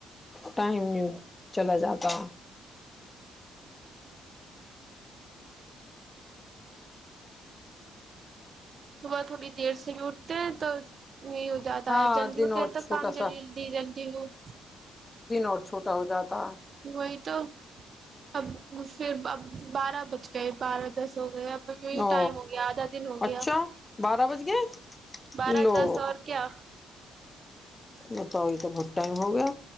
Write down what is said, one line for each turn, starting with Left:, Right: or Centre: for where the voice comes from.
Left: ٹائم یوں چلا جاتا
Right: صبح تھوڑی دیر سے بھی اٹھتے ہیں تو یہ ہو جاتا
Left: ہاں
Right: ہے جلدی
Left: دن
Right: اٹھے
Left: اور
Right: تو
Left: چھوٹا
Right: کام جللد
Left: سا
Right: جلدی ہو <inaudible>
Left: دن اور چھوٹا ہو جاتا ہے
Right: وہی تو اب پھر ا بارہ بج گئے بارہ دس ہو گئے اب یوں
Left: او
Right: ٹائم ہو گیا آدھا دن ہو گیا
Left: اچھا بارہ بج گئے
Right: بارہ
Left: لو
Right: دس اور کیا
Left: بتاؤ یہ تو بہت ٹائم ہو گیا